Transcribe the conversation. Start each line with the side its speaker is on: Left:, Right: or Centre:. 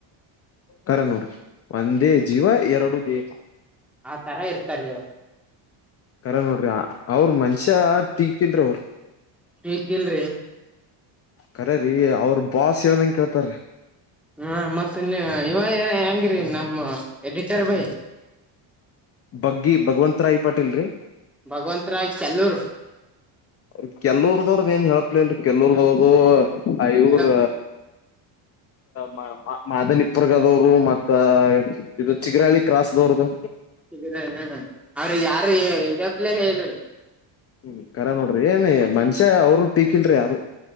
Left: ಖರೆ ನೋಡ್ರಿ ಒಂದೇ ಜೀವ ಎರಡು ದೇಹ.
Centre: ಆತರ ಇರ್ತಾರಿ ಅವ್ರ.
Left: ಕರ ನೋಡ್ರಿ ಅವ್ರ ಮನ್ಷ್ಯ ಟೀಕಿಲ್ರಿ ಅವ್ರ
Centre: ಈಕಲ್ರಿ
Left: ಕಖರರಿೀ ಅವ್ರ ಬಾಸ್ ಹೇಳದಂಗ ಕೇಳ್ತಾರ
Centre: ಹಾ ಮತ್ತ ನೀ ಇವ ಏನ ಹೆಂಗರಿ ನಮ್ಮ ಎಡಿಚರ್ ಭೈ
Left: ಬಗ್ಗಿ ಭಗವಂತ ರಾಯಿ ಪಾಟೀಲ್ ರರಿ
Centre: ಭಗವಂತ ರಾಯ್ ಚಲ್ಲೂರು
Left: ಅವ ಕೆಲ್ವರ್ದವ್ರದ ಏನ್ ಹೇಳಪ್ಲಲ್ ಕೆಲರ್ದವ್ರ್ದ ಐವರ
Centre: ಹೇಳಪ್ಪ
Left: ಮ ಮಾದನಿಪುರ್ಗದವರು ಮತ್ ಇದು ಚಿಕ್ಕರಹಳ್ಳಿ ಕ್ರಾಸ್ ದೋರ್ದುು
Centre: ಹಗ್ರ ಅವ್ರ ಯಾರು ಇದಪ್ಲನ ಹೇಳಲ್ರಿ
Left: ಹ್ಮ್ ಕರ ನೋಡ್ರಿ ಏನ್ ಮನ್ಷ್ಯ ಅವರು ಟೀಕಿಲ್ರಿ ಯಾರು